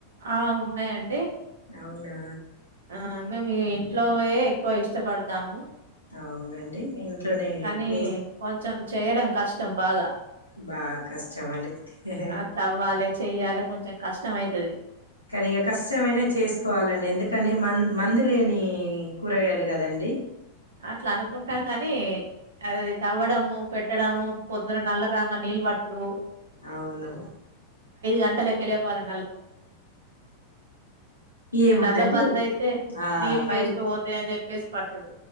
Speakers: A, on the right (about 65°); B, on the left (about 85°).
A: ఆ ఉన్నయండీ
B: అవునా
A: ఆ మేం ఇంట్లోవే ఎక్కువ ఇష్టపడతాము
B: అవునండి ఇంట్లోనే
A: కానీ
B: ప్లేస్
A: కొంచెం చేయడం కష్టం బాగా.
B: బాగ కష్ట <unintelligible> తే
A: ఆ తవ్వాలి చెయ్యాలి కొంచెం కష్టం అయితది
B: కానీ ఇగ కష్టమైనా చేసుకోవాలండి ఎందుకని మన్ మందులేని కూరగాయలు కదండి
A: అట్లా అనుకుంటాం గాని అది తవ్వడము పెట్టడము పొద్దున నల్ల రాంగానే నీ ళ్ళు వట్టుడు
B: అవును
A: గంటలకే లేవ్వాలి ఈ
B: ఏముందండి
A: నల్ల బంద్ అయితే
B: ఆ
A: నీళ్ళు
B: పైప్
A: వేస్ట్ గా పోతాయని చెప్పేసి పట్టుడు